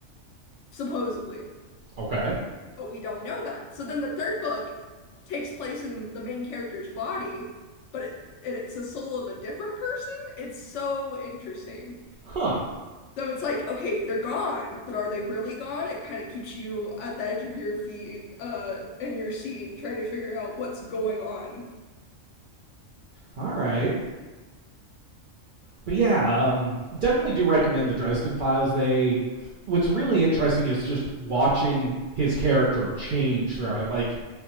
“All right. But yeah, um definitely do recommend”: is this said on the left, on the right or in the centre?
Right